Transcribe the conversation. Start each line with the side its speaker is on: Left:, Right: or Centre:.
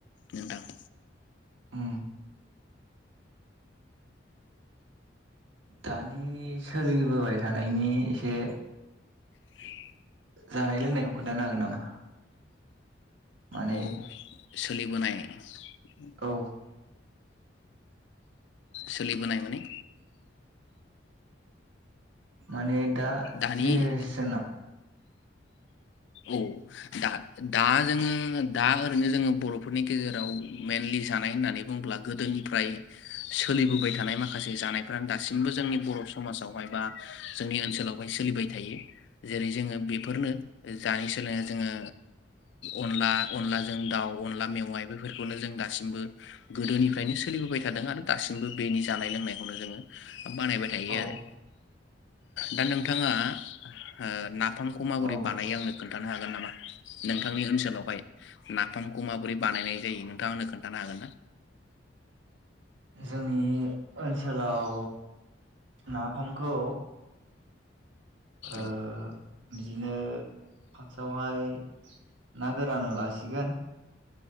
Left: नोंथां <inaudible>
Right: उम दानि सोलिबोबाय थानायनि एसे
Left: <inaudible>
Right: जानाय लोंनायखौ खोनथानो हागोन नामा? माने
Left: औ सोलिबोनाय <inaudible>
Right: औ
Left: सोलिबोनाय माने
Right: माने दा
Left: दानि
Right: जेनेरेस सना
Left: औ दा दा जोङो दा ओरैनो जोङो बर'फोरनि गेजेराव मेनलि जानाय होननानै बुङोब्ला गोदोनिफ्राय सोलिबोबाय थानाय माखासे जानायफ्रानो दासिमबो जोंनि बर' समाजावहाय बा जोंनि ओनसोलावहाय सोलिबाय थायो जेरै जोङो बेफोरनो ए जानो सोलोङो जोङो अनला अनलाजों दाउ अनला मेवाइ बेफोरखौनो जों दासिमबो गोदोनिफ्रायनो सोलिबोबाय थादों आरो दासिमबो बेनि जानाय लोंनाय खौनो जोङो बानाय बाय थायो
Right: औ
Left: आरो। दा नोंथाङा ओ ना फामखौ माबोरै
Right: औ
Left: दायो आंनो खोनथानो हागोन नामा नोंथांनि ओनसोलावहाय नाफामखौ माबोरै बानायनाय जायो नोंथां आंनो खोनथानो हागोन ना
Right: जोंनि ओनसोलाव नाफामखौ आ
Left: औ
Right: बिदिनो फार्स्टआवहाय ना गोरान लासिगोन